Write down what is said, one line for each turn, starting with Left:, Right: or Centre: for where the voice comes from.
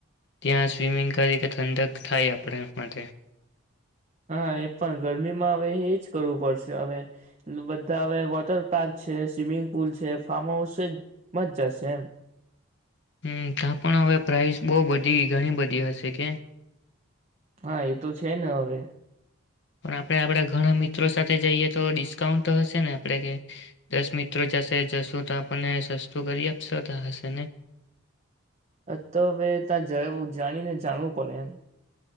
Left: ત્યાં સ્વિમિંગ કરી કે ઠંડક થાય આપણે માટે
Right: હા એ પણ ગરમીમાં હવે એ જ કરવું પડશે હવે બધા હવે વોટર પાર્ક છે સ્વિમિંગ પુલ છે ફાર્મ હાઉસ છે એમાં જ જશે એમ
Left: હમ ત્યાં પણ હવે પ્રાઇસ બહુ બધી ઘણી બધી હશે કે
Right: હા એ તો છે ને હવે
Left: પણ આપણે આપડા ઘણા મિત્રો સાથે જઈએ તો ડિસ્કાઉન્ટ તો હશે ને આપણે કે દસ મિત્રો જશે જશું તો આપણને સસ્તું કરી આપશે તો હશે ને
Right: અ તો હવે ત્યાં જય જાણી ને જાણવું પડે એમ